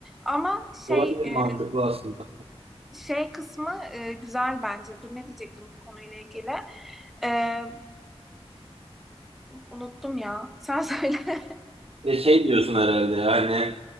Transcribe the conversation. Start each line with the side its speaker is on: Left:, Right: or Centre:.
Centre: Ama
Right: Olabilir
Centre: şey e,
Right: mantıklı aslında.
Centre: şey kısmı e, güzel bence. Dur ne diyecektim bu konuyla ilgili? E, unuttum ya. Sen söyle.
Right: Ve şey diyorsun herhalde yani